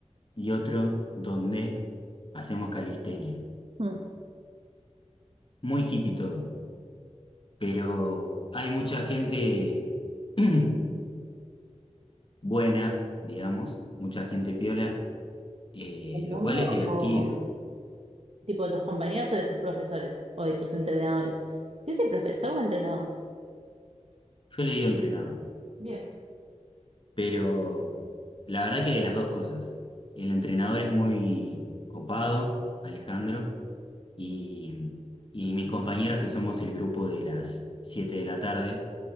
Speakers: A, on the left (about 45°); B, on the right (about 55°).
A: y otro donde hacemos calistenia.
B: Mm.
A: Muy hippie todo. pero hay mucha gente <clears throat> buena, digamos, mucha gente piola, eh,
B: del mundo
A: lo cual es divertido.
B: o tipo de tus compañeros o de tus profesores o de tus entrenadores? ¿Sí es profesor o entrenador?
A: Yo le digo entrenador,
B: Bien.
A: pero la verdad que de las dos cosas. El entrenador es muy copado, Alejandro, y, y mis compañeros que somos el grupo de las 7 de la tarde,